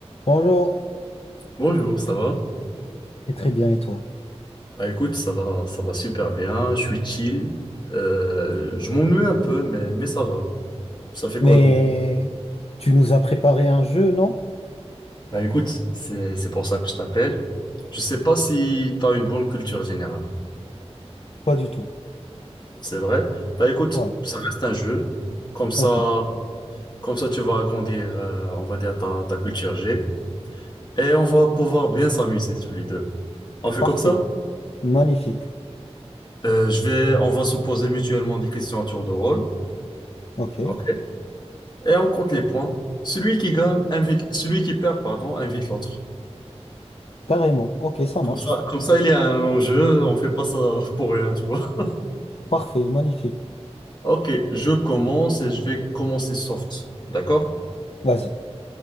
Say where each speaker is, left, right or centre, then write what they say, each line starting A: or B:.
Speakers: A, on the left; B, on the left.
A: Bonjour,
B: Bonjour, ça va?
A: et très bien, et toi?
B: Bah écoute, ça va, ça va super bien, je suis chill. Euh, je m'ennuie un peu, mais, mais ça va. Ça fait
A: Mais
B: quoi de beau?
A: tu nous as préparé un jeu, non?
B: Bah écoute, c'est, c'est pour ça que je t'appelle. Je sais pas si t'as une bonne culture générale,
A: Pas du tout.
B: c'est vrai? Bah écoute,
A: Ouais,
B: ça reste un jeu. Comme ça,
A: ok,
B: comme ça tu vas agrandir, euh, on va dire, ta, ta culture G. Et on va pouvoir bien s'amuser tous les deux. On fait
A: parfait,
B: comme ça?
A: magnifique,
B: Euh, je vais, on va se poser mutuellement des questions à tour de rôle.
A: ok,
B: ok et on compte les points. Celui qui gagne invite, celui qui perd, pardon, invite l'autre.
A: carrément, ok, ça marche,
B: Comme ça, comme ça, il y a un jeu, on fait pas ça pour rien, tu vois.
A: parfait, magnifique.
B: Ok, je commence et je vais commencer soft. D'accord?
A: Vas-y.